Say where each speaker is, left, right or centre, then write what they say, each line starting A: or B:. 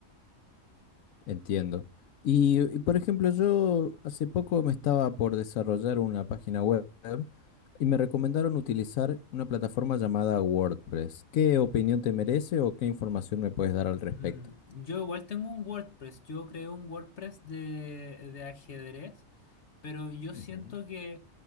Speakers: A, on the left; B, on the left.
A: Entiendo. Y, y, por ejemplo, yo hace poco me estaba por desarrollar una página web y me recomendaron utilizar una plataforma llamada WordPress. ¿Qué opinión te merece o qué información me puedes dar al respecto?
B: Mm, yo igual tengo un WordPress, yo creo un WordPress de, de ajedrez, pero yo
A: Ujú.
B: siento que